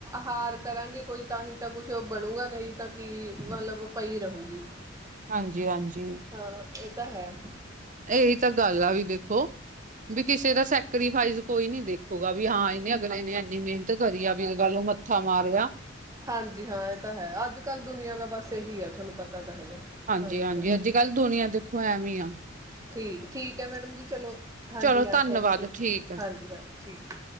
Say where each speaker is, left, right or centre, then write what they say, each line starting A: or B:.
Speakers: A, on the right; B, on the right.
A: ਹਾਰ ਕਰ। ਕਹਾਂਗੇ ਕੋਈ ਤਾਂ ਹੀ ਤਾਂ ਕੁਛ ਬਣੂਗਾ ਨਹੀਂ ਤਾਂ ਕਿ ਮਤਲਬ ਪਈ ਰਹੂਗੀ।
B: ਹਾਂਜੀ ਹਾਂਜੀ।
A: ਹਾਂ ਇਹ ਤਾਂ ਹੈ
B: ਏਹੀ ਤਾਂ ਗੱਲ ਆ ਵੀ ਦੇਖੋ ਵੀ ਕਿਸੇ ਦਾ <unintelligible> ਸੈਕਰੀਫਾਈਸ ਕੋਈ ਨੀ ਦੇਖੂਗਾ ਵੀ ਹਾਂ ਇਹਨੇ ਅਗਲੇਨੇ ਇੰਨੀ ਮਿਹਨਤ ਕਰੀ ਆ ਵੀ <unintelligible> <unintelligible>
A: ਹਾਂਜੀ ਹਾਂ ਇਹ ਤਾਂ ਹੈ ਅੱਜ ਕੱਲ੍ਹ ਦੁਨੀਆਂ ਦਾ ਬਸ ਇਹੀ ਹੈ ਤੁਹਾਨੂੰ ਪਤਾ। ਤਾਂ ਹੈਗਾ
B: ਹਾਂਜੀ--ਹਾਂਜੀ
A: ਹਾਂਜੀ ਹਾਂ
B: ਅਜ ਕੱਲ ਦੁਨੀਆਂ ਦੇਖੋ ਐਵੇਂ ਆ।
A: ਠੀਕ ਠੀਕ ਹੈ ਮੈਡਮ ਜੀ ਚਲੋ। ਹਾਂਜੀ
B: ਚਲੋ
A: ਹਾਂ
B: ਧੰਨਵਾਦ
A: ਥੈਂਕ ਯੂ
B: ਠੀਕ ਹੈ
A: ਹਾਂਜੀ ਹਾਂ ਠੀਕ।